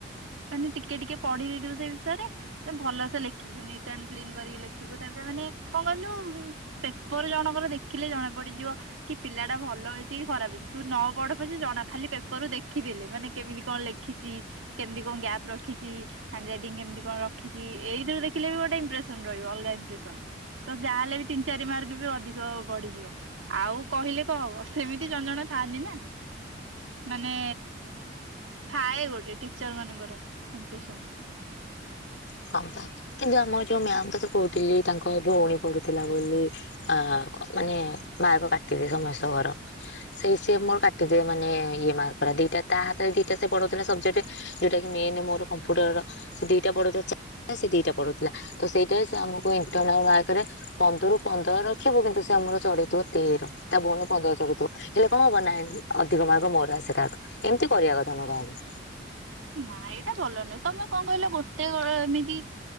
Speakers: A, on the right (about 90°); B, on the left (about 65°).
A: ମାନେ ଟିକେ ଟିକେ ପଢି ଦେଇଥିବୁ ସେଇ ବିଷୟରେ ସେ ଭଲସେ ଲେଖିଲୁ ନିଟ ଆଣ୍ଡ କ୍ଲିନ କରିକି ଲେଖିବୁ ତାପରେ ମାନେ କଣ କହିଲୁ ଉଁ ପେପର ଜଣଙ୍କର ଦେଖିଲେ ଜଣା ବ କି ପିଲା ଟା ଭଲ ହେଇଛି କି ଖରାପ ହେଇଛି ତୁ ନ ପଢ ପଛେ ଜଣା ଖାଲି ପେପରରୁୁ ଦେଖିଦେଲେ ମାନେ କେମିତି କଣ ଲେଖିଛି କେମିତି କଣ ଗ୍ୟାପ ରଖିଛି ହାଣ୍ଡରାଇଟିଂ କେମିତି କଣ ରଖିଛି ଏଇ ଥିରେ ଦେଖିଲେ ବି ଗ ଗୋଟେ ଇମ୍ପ୍ରେସନ ରହିବ ଅଲଗା ଇମ୍ପ୍ରେସନ। ତ ଯାହା ହେଲେ ବି ତିନି ଚାରି ମାର୍କ ବି ଅଧିକ ବଢିଯିବ। ଆଉ କହିଲେ କଣ ହବ ସେମିତି ଜଣ ଜଣେ ଥାଆନ୍ତି ନା। ମାନେ ଥାଏ ଗୋଟେ ଟିଚର ମାନଙ୍କର ଇମ୍ପ୍ରେସନ୍। ହଁ
B: ହଁ ବା କିନ୍ତୁ ଆମର ଯୋଉ ମ୍ୟାମ୍ ତତେ କଉତିଲି ତାଙ୍କ ଭଉଣୀ ପଡୁଥିଲା ବୋଲି ଆ ମାନେ ମାର୍କ କାଟିଦିଏ ସମସ୍ତଙ୍କର ସେଇ ସିଏ ମୋର କାଟିଦିଏ ମାନେ ଇଏ ମାର୍କ। ଦିଟା ତା ହାତରେ ଦିଟା ସେ ପଢଉଥିଲା ସବଜେଟ୍ ଯୋଉଟା କି ମେନେ ମୋର କମ୍ପ୍ୟୁଟର ର ସେ ଦିଟା ପଢ଼ଉଥି ସେ ଦିଟା ପଢଉଥିଲା ତ ସେଇଟାରେ ସିଏ ଆମକୁ ଇଣ୍ଟରନାଲ୍ ମାର୍କ ରେ ପନ୍ଦରରୁ ପନ୍ଦର ରଖିବୁ କି ନ୍ତୁ ସିଏ ଆମର ଚଢେଇଥିବ ତେର ତା ଭଉଣ ପନ୍ଦର ଚଢିଥିବ ହେଲେ କଣ ହବ ନାଇଁ ଅଧିକ ମାର୍ଗ ମୋର ଆସେ ତା ଠୁ। ଏମିତି କରିବା କଥା ନୁହଁ କାହାକୁ।
A: ହଁ ନା ଏଇଟା ଭଲ ନୁହେଁ ତମୁ କଣ କଇଲ ଗୋଟେ ଏମିତି